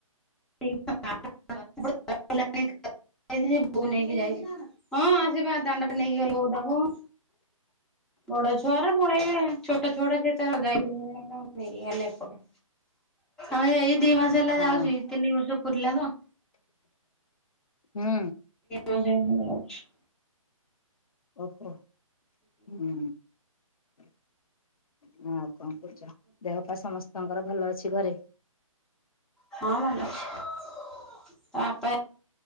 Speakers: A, in the centre; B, on the left.
A: <unintelligible> ବୋଉ ନେଇକି ଯାଇଛି। ହଁ ଆଜିବା ଦାଣ୍ଡ ପଟେ ନେଇକି ଗଲେ ବୋଉ ତାକୁ। ବଡ ଛୁଆଗୁରା ପଳେଇବେ ଛୋଟ ଛୁଆଗୁଡା ସେ ତାର ଯାଇପାରିବେନି ଏଇନେ ତାଙ୍କୁ ନେଇକି ଗଲେ ଏପଟେ। ଆଉ ଏଇ ଦି ମାସେ ହେଲା
B: ହଁ
A: ଯାଉଛି ତିନି ବର୍ଷ ପୁରିଲା ତ!
B: ହୁଁ।
A: ଆଜ୍ଞା <unintelligible> ମୁଁ ଯାଉଛି।
B: ଓହୋ ହୁଁ ଆ କଣ କରୁଛ? ଦେହ ପା ସମସ୍ତଙ୍କର ଭଲ ଅଛି ଘରେ?
A: ହଁ ଭଲ ଅଛି, ତା ବାପା